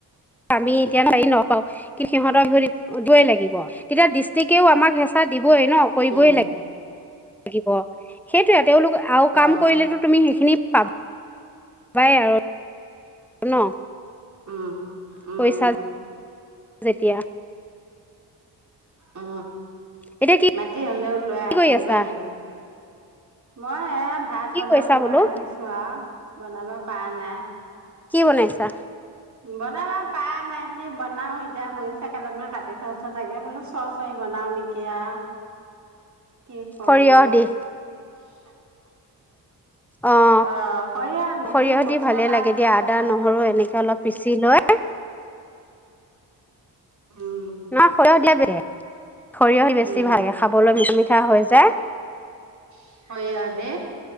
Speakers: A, in the centre; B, on the right (about 45°).
A: আমি এতিয়া হেৰি নকাওঁ কি সিহঁতৰ বিহ দয় লাগিব তেতিয়া ডিষ্ট্ৰিকেও আমাক হেঁচা দিব ন কৰিবই
B: উম
A: লাগে। লাগিব সেই তেওঁলোক আৰু
B: অ
A: কাম কৰিলেতো তুমি সেইখিনি পাব পাবাই আৰু ন
B: উম। উম
A: কৈছা যেতিয়া
B: অ
A: এতিয়া
B: মাতি হলেও লৈ
A: কি
B: আহিবগৈ
A: কৰি আছা?
B: লাগিব। মই এ ভাত
A: কি
B: বনাবলৈ
A: কৰিছা বোলো?
B: আহিছোঁ আৰু বনাব পালা
A: কি বনাইছা?
B: বনাব পাৰা নাই, কি বনাও এতিয়া মৰিচা কেইদালমান কাটি থৈছো তাকে। বোলো চ' চৰি বনাওঁ নেকি আ' কি কওঁ
A: সৰিয়হ
B: এতিয়া?
A: দি।
B: <unintelligible>
A: অ',
B: অঁ, সৰিয়ঁহ নিদো,
A: সৰিয়হ
B: মছলা
A: দি ভালে লাগে
B: দিয়ে
A: দিয়া। আদা,
B: বনাম
A: নহৰু
B: নেকি।
A: এনেকে অলপ পিচি লৈ
B: উম
A: ন সৰিয়হ দেৱ <unintelligible> সৰিয়ঁহ বেছি
B: উম
A: ভালে <unintelligible> খাবলৈ মিঠা মিঠা হৈ যায়।
B: সৰিয়ঁহ দি।